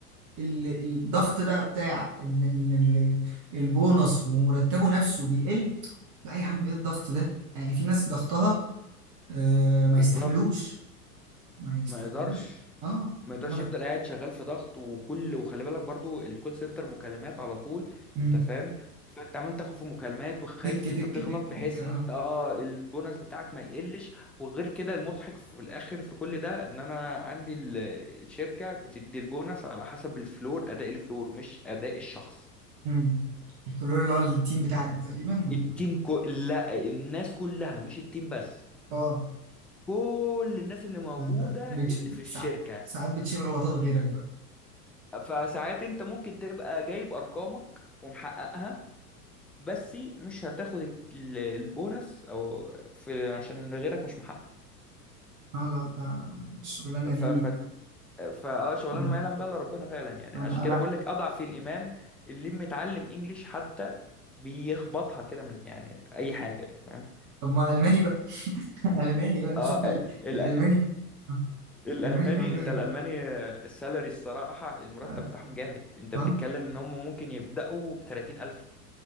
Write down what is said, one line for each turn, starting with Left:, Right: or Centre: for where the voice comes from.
Right: ال- الضغط بقى بتاع ان ان ال- البونص ومرتبه نفسه بيقل لا يا عم ايه الضغط ده يعني في ناس ضغطها
Centre: آه،
Right: آه ما
Centre: بالظبط
Right: يستحملوش ما يستحملوش
Centre: ما يقدرش
Right: اه
Centre: ما يقدرش
Right: انا بقى
Centre: يفضل قاعد شغال في ضغط وكل وخلي بالك برضو الكول سنتر مكالمات على طول
Right: مم.
Centre: انت فاهم فانت عمال تاخد في مكالمات وخايف
Right: تك
Centre: ان
Right: تك
Centre: انت تغلط
Right: تك
Centre: بحيث
Right: تك اه
Centre: ان انت اه البونص بتاعك ما يقلش وغير كده المضحك في الاخر في كل ده ان انا عندي ال- الشركة بتدي البونص على حسب الفلور اداء الفلور مش اداء الشخص
Right: مم. الفلور اللي هو التيم بتاعك تقريبا ولا-
Centre: التيم كو... لا الناس كلها مش التيم بس
Right: اه
Centre: كل الناس اللي موجودة
Right: فانت بتش...
Centre: اللي في
Right: ساعات
Centre: الشركة
Right: ساعات بتشيل غلطات غيرك بقى
Centre: فساعات انت ممكن تبقى جايب ارقامك ومحققها بس مش هتاخد ال- البونص او في عشان غيرك مش محقق
Right: اه لا آه، الشغلانه
Centre: ف
Right: دي
Centre: ف فا اه شغلانه
Right: مم.
Centre: ما يعلم بها الا ربنا فعلا يعني
Right: انا
Centre: عشان كده
Right: انا
Centre: بقول لك اضعف الايمان اللي متعلم انجليش حتى بيخبطها كده من يعني اي حاجه انت فاهم
Right: طب ما الماني بقى <laughs> الماني بقى نشوف
Centre: اه
Right: ال...
Centre: ال-
Right: الالماني آه،
Centre: الالماني
Right: الالماني بيعملوا
Centre: انت
Right: ايه
Centre: الالماني آه، السالري الصراحه المرتب
Right: اه
Centre: بتاعهم جامد انت بتتكلم
Right: آه.
Centre: ان هم ممكن يبداوا ب 30000